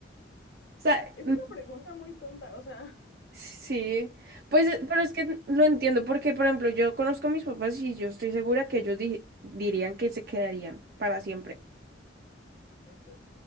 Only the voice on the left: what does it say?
Es
una pregunta muy tonta, o sea,
<laughs> ok,